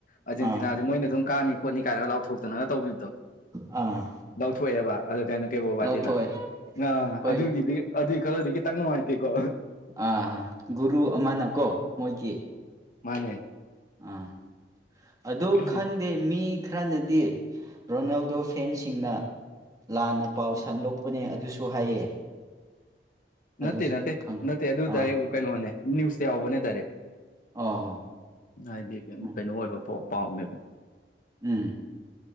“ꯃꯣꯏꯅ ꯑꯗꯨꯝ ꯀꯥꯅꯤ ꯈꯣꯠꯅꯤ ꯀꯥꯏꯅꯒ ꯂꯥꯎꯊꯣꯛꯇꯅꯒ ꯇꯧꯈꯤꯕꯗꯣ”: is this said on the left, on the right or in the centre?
Left